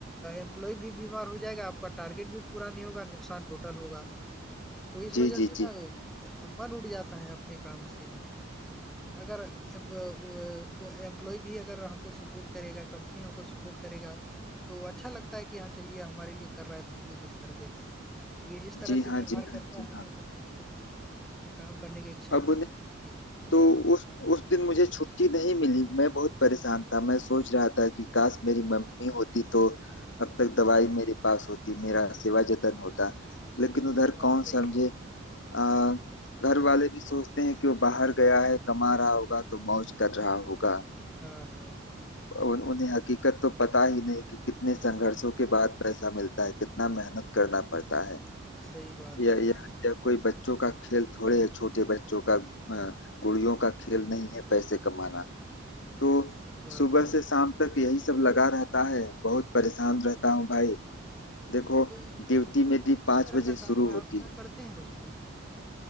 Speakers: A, in the centre; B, on the left (about 60°).
A: एम्प्लॉय भी बीमार हो जाएगा आपका टारगेट भी पूरा नहीं होगा नुकसान टोटल होगा तो इस
B: जी
A: वजह
B: जी
A: से
B: जी
A: ना अ, मन उड़ जाता है अपने काम से अगर एम्प्लॉय भी अगर हमको सपोर्ट करेगा कंपनी हमको सपोर्ट करेगा तो अच्छा लगता है कि हाँ चलिए हमारे लिए कर रहा है तो हम भी कुछ कर देते हैं तो ये इस तरह
B: जी
A: से
B: हाँ
A: व्यवहार
B: जी हाँ
A: करता
B: जी
A: है
B: हाँ
A: ना तो लाइफ में तो फिर काम करने की इच्छा ही
B: अब उन्हें
A: खत्म हो जाती है
B: तो उस उस दिन मुझे छुट्टी नहीं मिली मैं बहुत परेशान था मैं सोच रहा था कि काश मेरी मम्मी होती तो अब तक दवाई मेरे पास होती मेरा सेवा जतन होता लेकिन
A: हुँ,
B: उधर
A: बात
B: कौन
A: सही
B: समझे
A: है।
B: आ, घर वाले भी सोचते हैं कि वो बाहर गया है कमा रहा होगा तो मौज कर रहा होगा
A: हाँ, हाँ,
B: उन, उन्हें हकीकत तो पता ही नहीं कि कितने संघर्षों के बाद पैसा मिलता है कितना मेहनत करना पड़ता है
A: सही बात
B: यह
A: है,
B: यह यह कोई बच्चों का खेल थोड़े है छोटे बच्चों का अ, गुड़ियों का खेल नहीं है पैसे कमाना तो
A: सही बात
B: सुबह
A: है।
B: से शाम तक यही सब लगा रहता है बहुत परेशान रहता हूँ भाई देखो
A: तो
B: ड्यूटी
A: आपका
B: मेरी
A: किस
B: पाँच
A: तरह
B: बजे
A: का
B: शुरू
A: काम है?
B: होती
A: आप क्या
B: है
A: करते हैं उसमें?